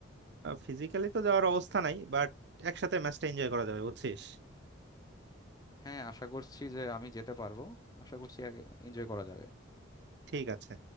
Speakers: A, on the right; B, on the left.
A: ফিজিক্যালি তো যাওয়ার অবস্থা নাই বাট একসাথে ম্যাচটা এনজয় করা যাবে বুঝছিস
B: হ্যাঁ আশা করছি যে আমি যেতে পারবো আশা করছি এনজয় করা যাবে
A: ঠিক আছে